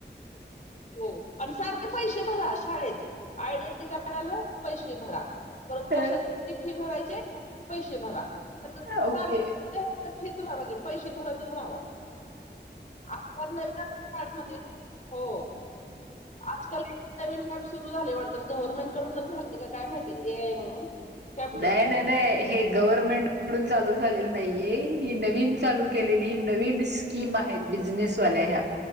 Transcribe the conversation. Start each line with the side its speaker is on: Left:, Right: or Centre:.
Left: हो पण सारखे पैसे भरा शाळेत आयडेंटिटी कार्ड आलं पैसे भरा परत
Right: ह
Left: कशा फी भरायचे पैसे भरा
Right: ओके
Left: सारखे फिचवा म्हणजे पैसे भरतच राहावा आजकाल नव्यामध्ये हो आजकाल जमीन सुरू झा गव्हर्नमेंट कडूनच झाले काय माहिती ए आय म्हणून कॅम्प्युटरची
Right: नाही नाही नाही हे गव्हर्मेंट कडून चालू झालेलं नाहीये ही नवीन चालू केलेली नवीन कि मा आहेत बिझनेसवाल्या ह्या